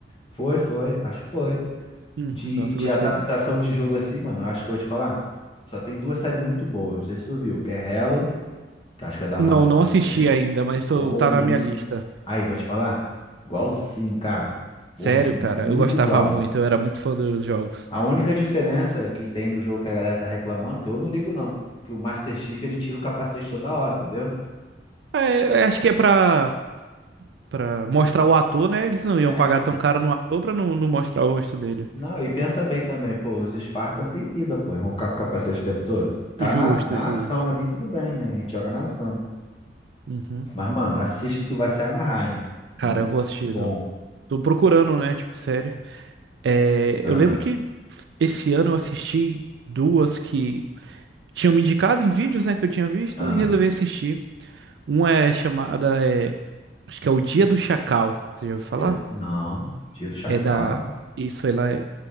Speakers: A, on the left; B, on the right.
A: foi, foi, acho que foi.
B: Hum,
A: De,
B: nossa,
A: de
B: eu gostei
A: adaptação
B: muito.
A: de jogo assim, mano, acho que eu vou te falar. Só tem duas séries muito boas, não sei se tu viu, que é Hello, que acho que é da Amazon
B: Não, não
A: também.
B: assisti ainda, mas tô,
A: Ô,
B: tá
A: mano.
B: na minha lista.
A: Aí, vou te falar. Igualzinho, cara. Porra,
B: Sério,
A: mu-
B: cara,
A: muito
B: eu gostava
A: igual.
B: muito, eu era muito fã dos jogos.
A: A única diferença que tem no jogo que a galera tá reclamando, que eu não ligo não, que o Master Chief ele tira o capacete toda hora, entendeu?
B: É, eu acho que é pra, pra mostrar o ator, né? Eles não
A: É,
B: iam pagar tão caro no ator pra não, não mostrar o rosto dele.
A: Não, e pensa bem também, pô, os Spartans têm vida, pô, vão ficar com o capacete o tempo todo. Tá na,
B: Justo,
A: na
B: justo.
A: ação ali, tudo bem, né? A gente joga na ação.
B: Uhum.
A: Mas, mano, assiste que tu vai se amarrar, hein?
B: Cara,
A: Muito
B: eu vou assistir.
A: bom.
B: Tô, tô procurando, né? Tipo, série. É,
A: Ah,
B: eu lembro que esse ano eu assisti duas que. tinham me indicado em vídeos, né, que eu tinha visto
A: ah.
B: e resolvi assistir. Uma é chamada, é, acho que é O Dia do Chacal. Você já ouviu falar?
A: Dia, não, dia do Chacal.
B: É da. Isso, ela é.